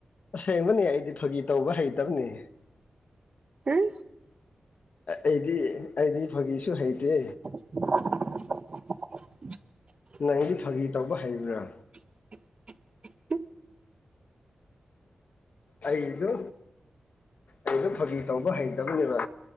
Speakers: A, on the left; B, on the right.
A: ꯑꯁꯦꯡꯕꯅꯤ ꯑꯩꯗꯤ ꯐꯥꯒꯤ ꯇꯧꯕ ꯍꯩꯇꯕꯅꯤ꯫
B: ꯍꯥꯝ
A: ꯑꯩꯗꯤ ꯑꯩꯗꯤ ꯐꯥꯒꯤꯁꯨ ꯍꯩꯇꯦ꯫
B: <inaudible>
A: ꯅꯪꯗꯤ ꯐꯥꯒꯤ ꯇꯧꯕ ꯍꯩꯕ꯭ꯔꯥ
B: <unintelligible>
A: ꯑꯩꯗꯨ ꯑꯩꯗꯣ ꯐꯥꯒꯤ ꯇꯧꯕ ꯍꯩꯇꯕꯅꯦꯕ